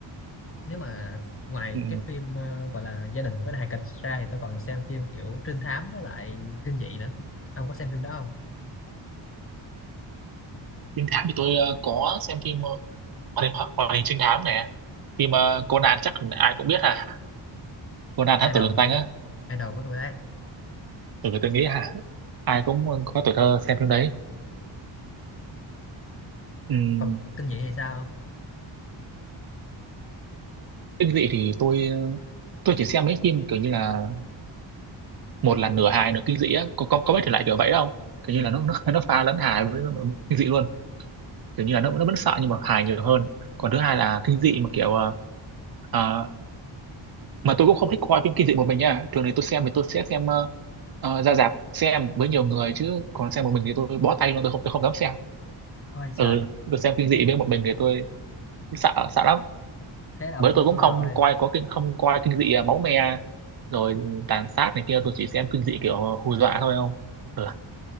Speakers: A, on the left; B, on the right.
A: nếu mà ngoài
B: ừ,
A: cái phim ờ, gọi là gia đình với hài kịch ra thì tôi còn xem phim kiểu trinh thám với lại kinh dị nữa ông có xem phim đó không
B: trinh thám thì tôi ờ, có xem phim ờ, hoạt hình hoạt hình trinh thám này phim ờ, Conan chắc ai cũng biết ha Conan thám
A: idol
B: tử lừng
A: tôi
B: tanh á
A: idol của tôi đấy
B: từ người tôi nghĩ hả ai cũng có tuổi thơ xem phim đấy Ừm,
A: còn kinh dị thì sao
B: kinh dị thì tôi tôi chỉ xem mấy phim kiểu như là một là nửa hài nửa kinh dị á có có có biết thể loại kiểu vậy không kiểu như là nó nó, <laughs> nó pha lẫn hài với kinh dị luôn kiểu như là nó nó vẫn sợ nhưng mà hài nhiều hơn còn thứ hai là kinh dị mà kiểu ờ, ờ, mà tôi cũng không thích coi phim kinh dị một mình nha thường thì tôi xem thì tôi sẽ xem ờ, ờ, ra rạp xem với nhiều người chứ còn xem một mình thì tôi bó tay luôn tôi không tôi không dám xem
A: Ôi trời,
B: ừ tôi xem kinh
A: thế
B: dị với một mình thì tôi sợ sợ lắm
A: thế là ông
B: với
A: thua
B: tôi cũng
A: tôi
B: không
A: rồi
B: coi có kinh không coi kinh dị à, máu me rồi tàn sát này kia tôi chỉ xem kinh dị kiểu hù dọa thôi không ừ.